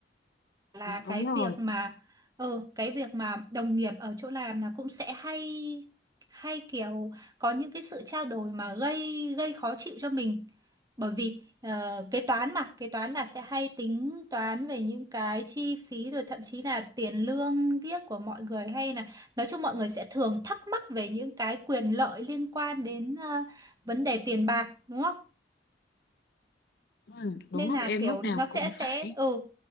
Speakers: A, on the right (about 20°); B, on the left (about 65°).
A: là
B: Dạ, đúng
A: cái
B: rồi
A: việc mà ừ cái việc mà đồng nghiệp ở chỗ làm là cũng sẽ hay hay kiểu có những cái sự trao đổi mà gây gây khó chịu cho mình bởi vì ờ, kế toán mà kế toán là sẽ hay tính toán về những cái chi phí rồi thậm chí là tiền lương kiếc của mọi người hay là nói chung mọi người sẽ thường thắc mắc về những cái quyền lợi liên quan đến ờ, vấn đề tiền bạc đúng không
B: Ừm, đúng
A: nên
B: rồi
A: là
B: em
A: kiểu
B: lúc
A: nó
B: nào
A: sẽ
B: cũng
A: sẽ
B: phải
A: ừ